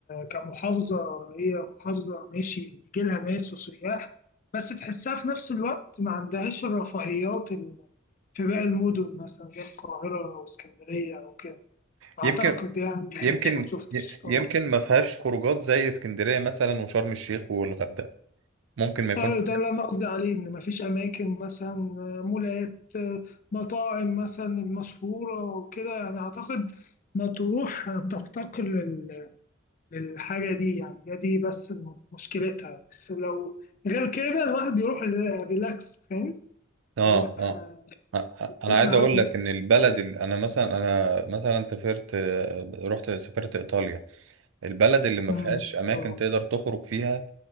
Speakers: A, on the left (about 40°); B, on the right (about 70°).
A: كمحافظة هي محافظة ماشي بيجي لها ناس وسياح بس تحسها في نفس الوقت ما عندهاش الرفاهيات ال- في باقي المدن مثلا زي القاهرة واسكندرية أو كده أعتقد
B: يمكن
A: يعني
B: يمكن
A: ما شفتش
B: يمكن
A: آه.
B: ما فيهاش خروجات زي اسكندريه مثلا وشرم الشيخ والغردقه ممكن ما يكونش
A: آه، ده اللي أنا قصدي عليه إن مفيش أماكن مثلا آه، مولات آه، مطاعم مثلا المشهورة وكده يعني أعتقد مطروح آه، بتفتقر للحاجة دي يعني هي دي بس الم- مشكلتها بس لو غير كده الواحد بيروح ل- ريلاكس فاهم
B: اه
A: بيروح
B: اه
A: آه،
B: أ-
A: يشم
B: انا عايز
A: هوا
B: اقول
A: نضيف
B: لك ان البلد اللي انا مثلا انا مثلا سافرت رحت سافرت ايطاليا البلد اللي ما
A: أمم،
B: فيهاش
A: إن
B: اماكن
A: شاء الله
B: تقدر تخرج فيها